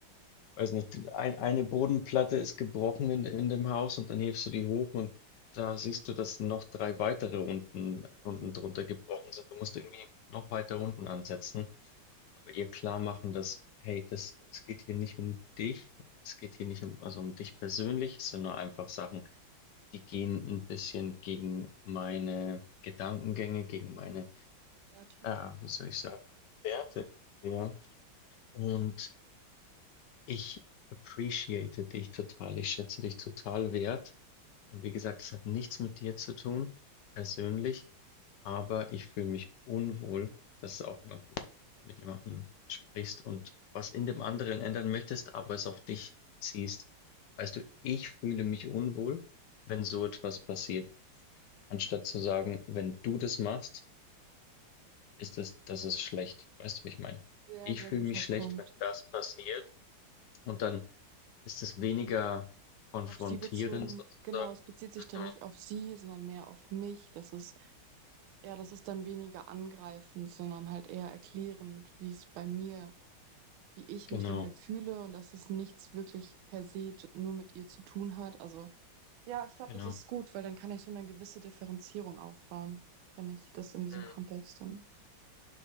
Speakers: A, on the left; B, on the right.
A: weiß nicht, ein, eine Bodenplatte ist gebrochen in, in dem Haus und dann hebst du die hoch und da siehst du, dass noch drei weitere unten, unten
B: Mhm.
A: drunter gebrochen sind. Du musst irgendwie noch weiter unten ansetzen, aber ihr klar machen, dass, hey, das, es geht hier nicht um dich, es geht hier nicht um, also um dich persönlich, es sind nur einfach Sachen, die gehen ein bisschen gegen meine Gedankengänge, gegen meine,
B: Werte.
A: ja, wie soll ich sagen, Werte, ja. Und Ich appreciate dich total. Ich schätze dich total wert. Und wie gesagt, es hat nichts mit dir zu tun, persönlich, aber ich fühle mich unwohl. Das ist auch immer gut, wenn du mit jemandem sprichst und was in dem anderen ändern möchtest, aber es auf dich beziehst. Weißt du, ich fühle mich unwohl, wenn so etwas passiert, anstatt zu sagen, wenn du das machst, ist das, das ist schlecht. Weißt du, wie ich meine?
B: Sehr,
A: Ich
B: sehr
A: fühle
B: guter
A: mich schlecht,
B: Punkt.
A: wenn das passiert und dann Ist es weniger konfrontierend
B: Auf sie bezogen,
A: sozusagen?
B: genau, es bezieht sich
A: Mhm.
B: dann nicht auf sie, sondern mehr auf mich. Das ist, ja, das ist dann weniger angreifend, sondern halt eher erklärend, wie es bei mir wie ich
A: Genau,
B: mich dann halt fühle und dass es nichts wirklich per se j- nur mit ihr zu tun hat. Also ja, ich glaube,
A: genau.
B: es ist gut, weil dann kann ich so eine gewisse Differenzierung aufbauen, wenn ich das in diesem
A: Mhm.
B: Kontext dann.